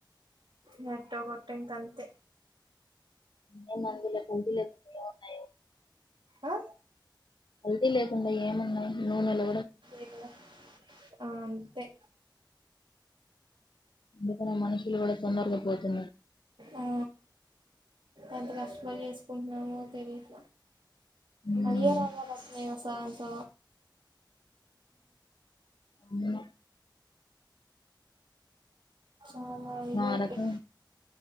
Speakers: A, on the right; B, on the left.
A: నెట్ కొట్టే ఇంకంతే
B: నేను మందులకు కొ లేకుండా ఉన్నాయి
A: ఆ
B: కల్తీ లేకుండా ఏమున్నాయి నూనెలు
A: ఏమో ఆ అంతే
B: అందుకనే మనుషులు కూడా తొందరగా పోతున్నారు.
A: ఆ ఎంత కష్టపడి చేసుకుంటున్నామో తెలిఫ
B: ఉమ్
A: అయ్యో రాంగ్ అని వస్తున్నాయి సాంగ్స్
B: ఉన్నా
A: అవున ఇది
B: ఆ
A: ఎటి
B: రకం